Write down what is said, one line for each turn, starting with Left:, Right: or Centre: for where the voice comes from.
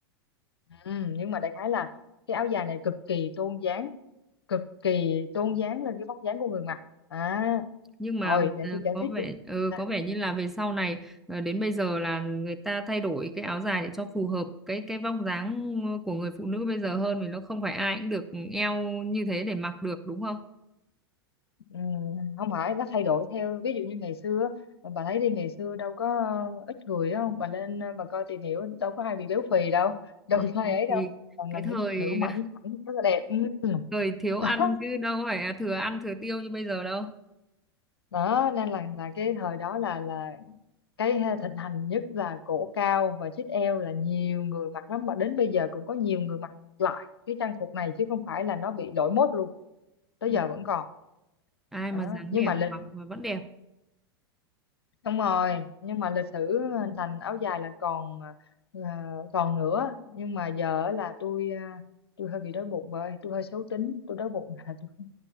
Left: ừ, nhưng mà đại khái là cái áo dài này cực kỳ tôn dáng cực kỳ tôn dáng lên cái vóc dáng của người mặc à
Centre: nhưng mà
Left: rồi để
Centre: à,
Left: tôi kể
Centre: có
Left: tiếp
Centre: vẻ
Left: chị
Centre: ừ,
Left: à,
Centre: có vẻ như là về sau này à, đến bây giờ là người ta thay đổi cái áo dài để cho phù hợp cái cái vóc dáng của người phụ nữ bây giờ hơn vì nó không phải ai cũng được eo như thế để mặc được đúng không
Left: ừm, không phải nó thay đổi theo ví dụ như ngày xưa bà thấy đi ngày xưa đâu có ờ, ít người đâu bà lên ờ, bà coi tìm hiểu đâu có ai bị béo phì đâu <laughs> đâu
Centre: Ừ,
Left: có ai ấy
Centre: thì
Left: đâu toàn
Centre: cái
Left: là những
Centre: thời
Left: phụ nữ mảnh
Centre: <laughs>
Left: khảnh rất là đẹp Ừm,
Centre: thời thiếu
Left: <laughs>
Centre: ăn
Left: đó
Centre: chứ đâu phải là thừa ăn thừa tiêu như bây giờ đâu
Left: đó nên là là cái thời đó là là cái ha- thịnh hành nhất là cổ cao và chít eo là nhiều người mặc lắm mà đến bây giờ cũng có nhiều người mặc lại cái trang phục này chứ không phải là nó bị lỗi mốt luôn tới
Centre: Ừ,
Left: giờ vẫn còn
Centre: ai
Left: đó.
Centre: mà dáng
Left: nhưng
Centre: đẹp
Left: mà lịch
Centre: mặc mà vẫn đẹp
Left: đúng rồi nhưng mà lịch sử hình thành áo dài là còn là còn nữa nhưng mà giờ á là tôi à, tôi hơi bị đói bụng rồi tôi hơi xấu tính tôi đói bụng là tôi <laughs>